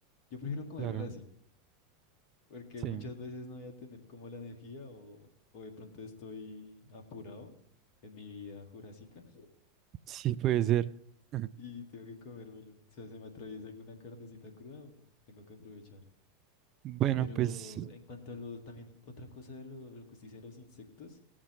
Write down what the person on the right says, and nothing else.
claro,
sí,
sí puede ser. <laughs>
Bueno,
pues,